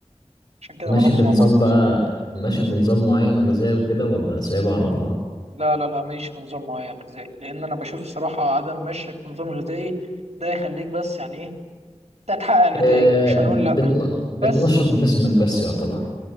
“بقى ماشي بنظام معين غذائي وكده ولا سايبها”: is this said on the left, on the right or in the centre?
Left